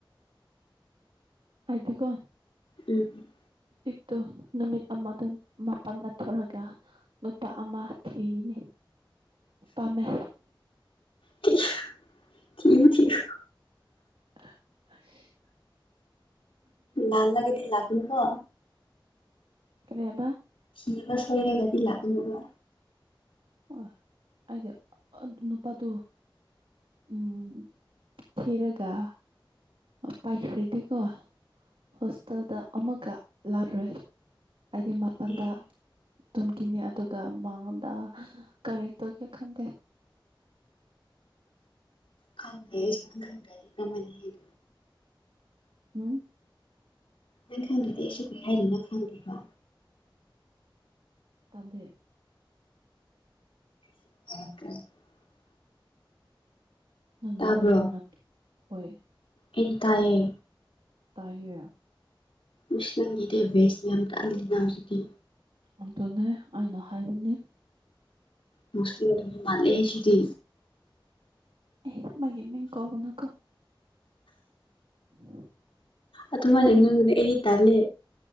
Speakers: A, on the right; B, on the left.
A: ꯑꯩꯗꯤꯀꯣ
B: ꯎꯝ
A: ꯑꯗꯨ ꯅꯨꯃꯤꯠ ꯑꯃꯗ ꯃꯥꯄꯜꯗꯊꯣꯔꯒ ꯅꯨꯄꯥ ꯑꯃ ꯊꯤꯅꯤ ꯄꯥꯝꯃꯦ
B: ꯊꯤꯌꯨ ꯊꯤꯌꯨ ꯊꯤꯌꯨ
A: ꯑ ꯑꯁ
B: ꯂꯥꯜ ꯂꯒꯗꯤ ꯂꯥꯛꯀꯅꯨꯀꯣ
A: ꯀꯔꯤ ꯍꯥꯢꯕ
B: ꯇꯤꯕ ꯁꯣꯢꯌꯜꯂꯗꯤ ꯂꯥꯛꯀꯅꯣꯕ
A: ꯑꯣ ꯑꯩꯖꯨ ꯑꯗꯨ ꯅꯨꯄꯥꯗꯣ ꯎꯝ ꯊꯤꯔꯒ ꯑ ꯄꯥꯏꯈ꯭ꯔꯥꯗꯤꯀꯣ ꯍꯣꯁꯇꯦꯜꯗ ꯑꯃꯀ ꯂꯥꯛꯔꯣꯏ ꯑꯩꯗꯤ ꯃꯥꯄꯟꯗ
B: ꯑꯦ
A: ꯇꯨꯝꯈꯤꯅꯤ ꯑꯗꯨꯒ ꯃꯉꯣꯟꯗ ꯀꯔꯤ ꯇꯧꯒꯦ ꯈꯟꯗꯦ
B: ꯈꯪꯗ꯭ꯔꯦ ꯑꯩ ꯁꯨꯡꯈꯟ ꯈꯟꯗ꯭ꯔꯦ ꯗꯤ ꯀ꯭ꯔꯝꯍꯥꯢꯅ ꯍꯦꯜ
A: ꯍꯨꯡ
B: ꯅꯪ ꯈꯪꯗ꯭ꯔꯗꯤ ꯑꯩꯁꯨ ꯀ꯭ꯔꯤ ꯍꯥꯏꯗꯣꯏꯅꯣ ꯈꯪꯗꯦꯕ
A: ꯇꯥꯗꯦ
B: <unintelligible>
A: ꯅꯪꯒꯤꯗꯠ
B: ꯇꯥꯕ꯭ꯔꯣ
A: ꯐꯣꯟ ꯅꯞꯄꯤ ꯍꯣꯏ
B: ꯑꯩꯗꯤ ꯇꯥꯏꯌꯦ
A: ꯇꯥꯏꯌꯦ
B: ꯏꯁꯇꯟꯒꯤꯗꯤ ꯚꯦꯖ ꯌꯥꯝ ꯇꯥꯡꯗꯤ ꯇꯥꯡꯁꯤꯗꯤ
A: ꯑꯗꯨꯅꯦ ꯑꯩꯅ ꯍꯥꯏꯕꯅꯦ
B: ꯕꯨꯁꯇꯦꯜꯒꯤ ꯃꯤ ꯃꯥꯜꯂꯦ ꯁꯤꯗꯤ
A: ꯑꯦ ꯃꯥꯒꯤ ꯃꯤꯡ ꯀꯧꯒꯅꯨꯀꯣ <inaudible>
B: ꯑꯗꯨꯃꯥꯏꯅ
A: ꯅꯪ
B: ꯏꯉꯟꯕꯗꯤ ꯑꯩ ꯇꯜꯂꯦ